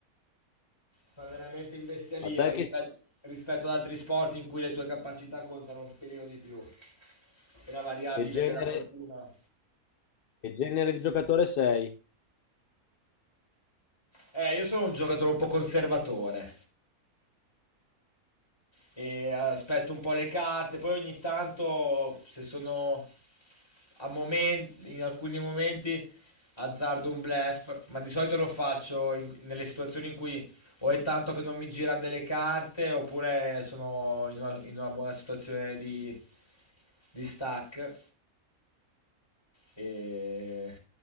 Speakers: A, on the left; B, on the left.
A: fa veramente in bestialia
B: A te
A: rispetto,
B: che,
A: rispetto ad altri sport in cui le tue capacità contano un pelino di più e la variabile
B: che genere,
A: della fortuna.
B: che genere di giocatore sei?
A: Eh, io sono un giocatore un po' conservatore e aspetto un po' le carte, poi ogni tanto se sono a momenti, in alcuni momenti azzardo un bluff, ma di solito lo faccio in- nelle situazioni in cui o è tanto che non mi girano delle carte oppure sono in una, in una buona situazione di, di stack E...